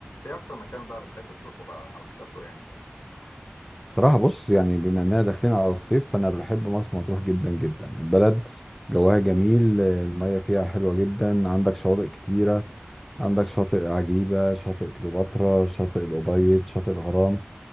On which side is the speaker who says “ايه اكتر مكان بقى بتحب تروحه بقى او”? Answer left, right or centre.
Left